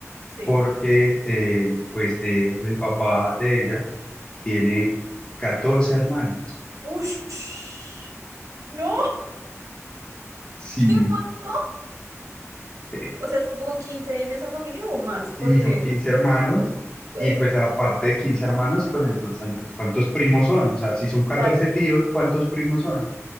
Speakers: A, on the right (about 85°); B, on the left (about 15°).
A: sí.
B: porque eh, pues eh, el papá de ella tiene 14 hermanos.
A: Ush. No,
B: Sí,
A: ¡Qué montón!
B: <laughs>
A: O sea, son como 15 en esa familia o más,
B: sí,
A: porque,
B: son 15 hermanos.
A: fue
B: Y pues aparte de quince hermanos, pues entonces, entonces, ¿cuántos primos son? O sea, si son catorce
A: claro,
B: tíos, ¿cuántos primos son?